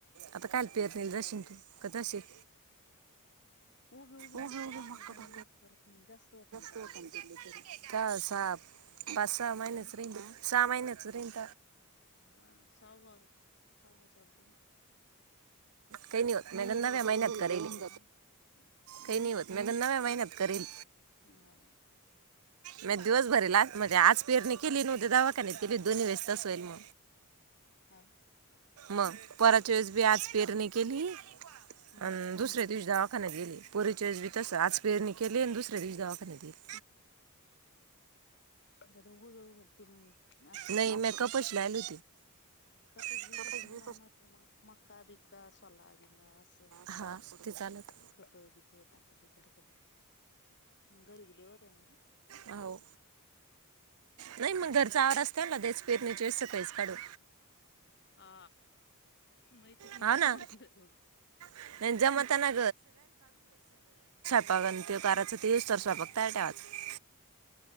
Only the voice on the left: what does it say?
उभे उभे
मक्का
टाकायला जाईन ना परत मग जास्त होता ना ते
लय घरी
अं
हा सहावा सहावा चालू राहीन
पण घरी
लय होऊन जातं
ना परत मग हम्म
हा
हा!
हम्म
<unintelligible> ते असं
कापस
बीपस लावणार, त मग मका-बिकका सोल्ला-बिल्ला असं थोडं-थोडं
खतं-बितं टाकाचे थोडे-थोडे. घर बी लई होतं ना ओ?
हा माहिते किती
काम हं!